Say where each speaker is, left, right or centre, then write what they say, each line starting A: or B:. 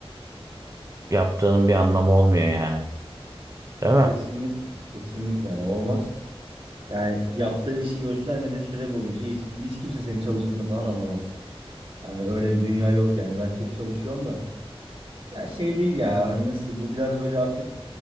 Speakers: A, on the right; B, on the right.
A: Yaptığının bir anlamı olmuyor yani. Değil mi?
B: Kesinlikle, kesinlikle hani olmaz. Yani yaptığın işi göstermediğin süre boyunca hiç, hiç kimse senin çalıştığını falan anlamaz. Yani öyle bir dünya yok yani. Ben çok çalışıyorum da. Ya şey değil ya. Hani nasıl diyeyim, bu biraz böyle artık